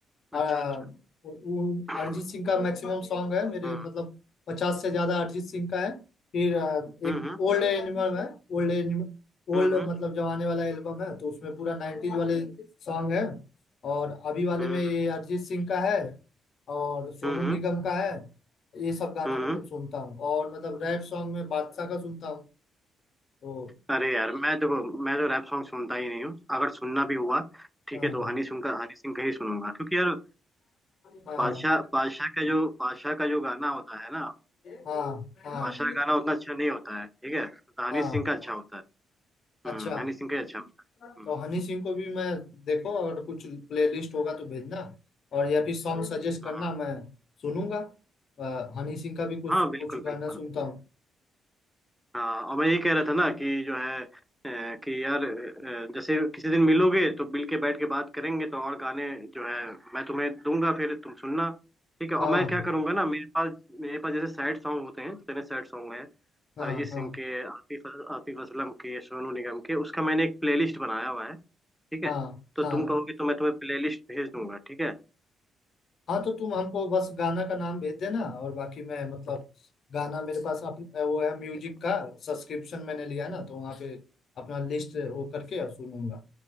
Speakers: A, on the left; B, in the centre.
A: आ,
B: अच्छा अच्छा
A: उ- उन-
B: <clears throat>
A: अरिजीत सिंह का मैक्सिमम सॉन्ग है मेरे
B: हम्म
A: मतलब पचास से ज्यादा अरिजीत सिंह का है फिर आ,
B: हम्म
A: एक ओल्ड एनिमल है ओल्ड एनिमल
B: हम्म
A: ओल्ड
B: हम्म
A: मतलब जमाने वाला एल्बम है तो उसमें पूरा नाइनटीज वाले सॉन्ग है और अभी वाले
B: हम्म
A: में ये अरिजीत सिंह का है और सोनू
B: हम्म
A: निगम का है ये सब गाना
B: हम्म,
A: मतलब
B: हम्म।
A: सुनता हूँ और मतलब रैप सॉन्ग में बादशाह का सुनता हूँ तो
B: अरे यार मैं देखो मैं तो रैप सॉन्ग सुनता ही नहीं हूँ अगर सुनना भी हुआ ठीक
A: हाँ
B: है तो हनी सिंह का हनी सिंह का ही सुनूंगा क्योंकि यार
A: हाँ
B: बादशाह बादशाह का जो बादशाह का जो गाना होता है ना
A: हाँ हाँ
B: बादशाह का गाना उतना अच्छा नहीं होता है ठीक है तो हनी
A: हाँ
B: सिंह का अच्छा होता है हम्म
A: अच्छा
B: हनी सिंह का ही अच्छा होता है
A: तो
B: हम्म,
A: हनी सिंह को भी मैं देखो अगर कुछ प्लेलिस्ट होगा तो भेजना और या फिर सॉन्ग जरूर जरूर सजेस्ट करना
B: हाँ
A: मैं सुनूंगा अ, हनी सिंह का भी कुछ
B: हाँ बिल्कुल
A: कुछ गाना
B: बिल्कुल
A: सुनता हूँ
B: हाँ और मैं ये कह रहा था ना कि जो है अ, कि यार अ, जैसे किसी दिन मिलोगे तो मिल के बैठ के बात करेंगे तो और गाने जो है मैं तुम्हें दूंगा फिर तुम सुनना ठीक है और
A: हाँ
B: मैं क्या करूंगा ना मेरे पास मेरे पास जैसे सैड सॉन्ग होते हैं जितने सैड सॉन्ग हैं
A: हाँ
B: अरिजीत सिंह
A: हाँ
B: के आतिफ आतिफ असलम के सोनू निगम के उसका मैंने एक प्लेलिस्ट बनाया हुआ है ठीक
A: हाँ
B: है तो
A: हाँ
B: तुम कहोगे तो मैं तुम्हें प्लेलिस्ट भेज दूंगा ठीक है
A: हाँ तो तुम हमको बस गाना का नाम भेज देना और बाकी मैं मतलब गाना मेरे पास अप, वो है म्यूजिक का सब्सक्रिप्शन मैंने लिया ना तो वहाँ पे अपना लिस्ट वो करके और सुनूंगा